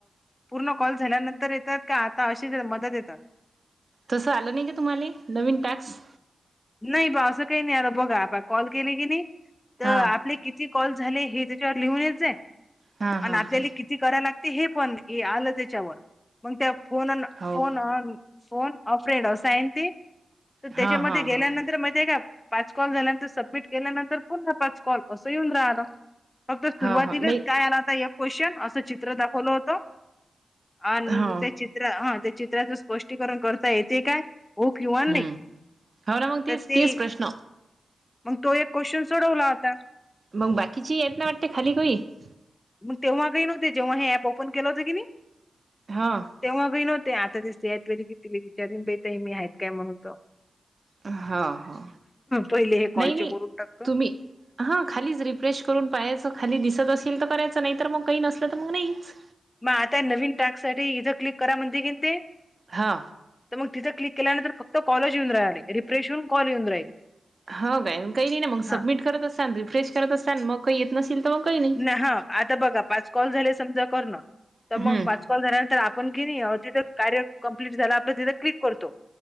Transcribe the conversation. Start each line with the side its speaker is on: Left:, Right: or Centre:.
Left: पूर्ण कॉल झाल्यानंतर येतात का आता अशीच मधेच येतात?
Right: तसं आलं नाही का तुम्हाला नवीन टाक्स?
Left: नाही बा असं काही नाही आला बघा आप कॉल केले की नाही तर
Right: हा
Left: आपली किती कॉल झाले हे त्याच्यावर लिहूनच आहे
Right: हा हा
Left: आणि आपल्याला
Right: हा
Left: की ती कराय लागते हे पण आलं त्याच्यावर मग त्या फोन
Right: हो
Left: फोनंन अ फोन अ फ्रेंड सायंती तर
Right: हा
Left: त्याच्यामध्ये
Right: हा हा
Left: माहित आहे का पाच कॉल झाल्यानंतर सबमिट केल्यानंतर पुन्हा पाच कॉल असं येऊन राहिल. फक्त सुरुवातीलाच
Right: हा हो नाही
Left: काय आलाता एक क्वेश्चन असं चित्र दाखवलं होतं आणि
Right: हा
Left: त्या चित्र हा त्या चित्राचं स्पष्टीकरण करता येते काय? हो किंवा
Right: हम्म
Left: नाही.
Right: हो ना मग तेच
Left: तर ते
Right: तेच प्रश्न
Left: मग तो एक क्वेशचन सोडवला होता.
Right: मग, बाकीची येत नाही वाटते खाली <unintelligible>
Left: मग तेव्हा काही नव्हते जेव्हा हे ऍप ओपन केलं होत की नाही
Right: हां.
Left: तेव्हा बी नव्हते आता दिसते आहेत बरी कितीली विचारून बेता मी आहेत काय म्हणूनतो
Right: हा हा
Left: पहिले हे कॉलचे
Right: नाही नाही
Left: करून टाकतो.
Right: तुम्ही हा खालीच रिफ्रेश करून पाहाचं खाली दिसत असेल तर करायचं नाही तर मग काही नसलं तर मग नाहीच.
Left: मग आता नवीन टास्क साठी इथं क्लिक करा म्हणते कीन ते.
Right: हा.
Left: तर मग तिथ क्लिक केल्यानंतर फक्त कॉलच येऊन राणार रिफ्रेशवरून कॉल येऊन राहील.
Right: हौ काय काही नाही ना मग सबमिट
Left: हा
Right: करत असताना रिफ्रेश करत असताना मग काही येत नसेल तर मग काही नाही.
Left: हा. आता बघा पाच कॉल झाले समजा करण
Right: हम्म
Left: मग पाच कॉल झाल्यानंतर आपण की नयी तिथं कार्य कम्प्लीट झालं आपलं तिथं क्लिक करतो.